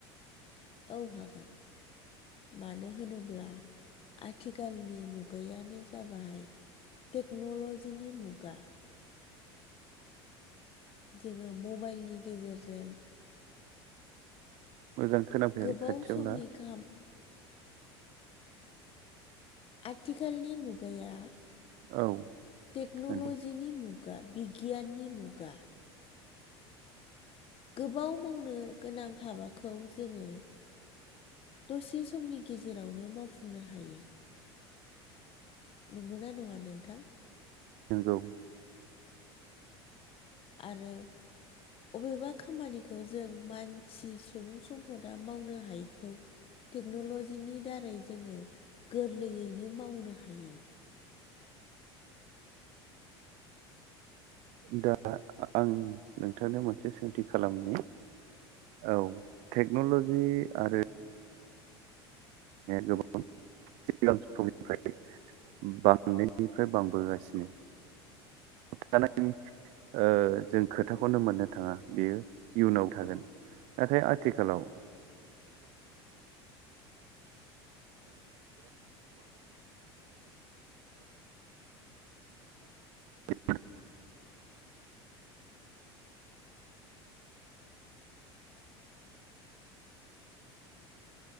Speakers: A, on the left; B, on the right.
A: औ हागोन मानो होनोब्ला आथिखालनि मुगायानो जाबाय टेक्नलजि नि मुगा जोंङो मबाइलनि गेजेरजों
B: मोजां खोनाफैयाखै
A: गोबाव
B: खाथियावला
A: समनि खाम आथिखालनि मुगाया
B: औ
A: टेक्नलजि
B: नंगौ
A: नि मुं गा बिगियाननि मुगा गोबाव मावनो गोनां हाबाखौ जोंङो दसे समनि गेजेरावनो मावफुंनो हायो। नंगौ ना नंङा नोंथां?
B: नोंगौ।
A: आरो अबेबा खामानिखौ जों मानसि सुबुं सम्पदा मावनो हायैखौ टेक्नलजिनि दारै जोंङो गोरलैयैनो मावनो हायो।
B: दा आं नोंथांनो मोनसे सोंथि खालामनि औ टेक्नलजि आरो गोबां सिगां समनिफ्राय बांनायनिफ्राय बांबोगासिनो। <unintelligible> जों खोथाखौनो मोननो थांङा बियो इउनाव थागोन नाथाय आथिखालाव <unintelligible>